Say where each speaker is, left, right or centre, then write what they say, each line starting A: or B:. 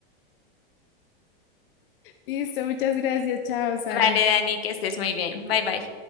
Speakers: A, on the left; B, on the left.
A: Listo, muchas gracias. Chao, Sara.
B: Vale, Dani, que estés muy bien. Bye bye.